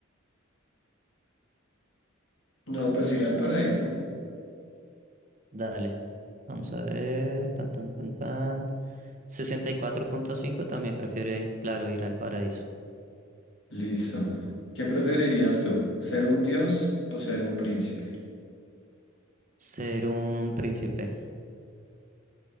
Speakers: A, on the left; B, on the right.
A: No, pues ir al paraíso.
B: Dale. Vamos a ver. Tan, tan, tan, tan. Sesenta y cuatro punto cinco también prefiere, claro, ir al paraíso.
A: Listo. ¿Qué preferirías tú? ¿Ser un dios o ser un príncipe?
B: Ser un príncipe.